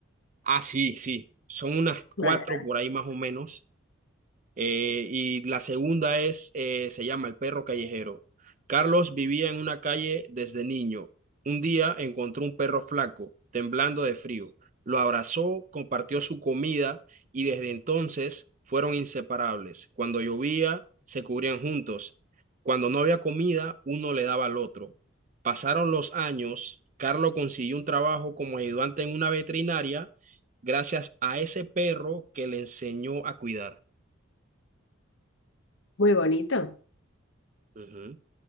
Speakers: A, on the right; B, on the left.
A: ah, sí, sí, son unas
B: Vale.
A: cuatro por ahí más o menos. Eh, y la segunda es, eh, se llama El perro callejero. Carlos vivía en una calle desde niño. Un día encontró un perro flaco, temblando de frío. Lo abrazó, compartió su comida y desde entonces fueron inseparables. Cuando llovía, se cubrían juntos. Cuando no había comida, uno le daba al otro. Pasaron los años, Carlos consiguió un trabajo como ayudante en una veterinaria gracias a ese perro que le enseñó a cuidar.
B: Muy bonito,
A: Ujú.